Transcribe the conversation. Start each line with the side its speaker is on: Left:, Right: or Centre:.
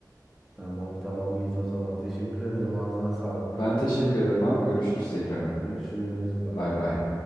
Centre: Tamam tamam Yiğit o zaman. Teşekkür ederim. Ağzına sağlık.
Left: Ben teşekkür ederim abi. Görüşürüz tekrardan.
Centre: Görüşürüz. Bay
Left: Bay
Centre: bay.
Left: bay.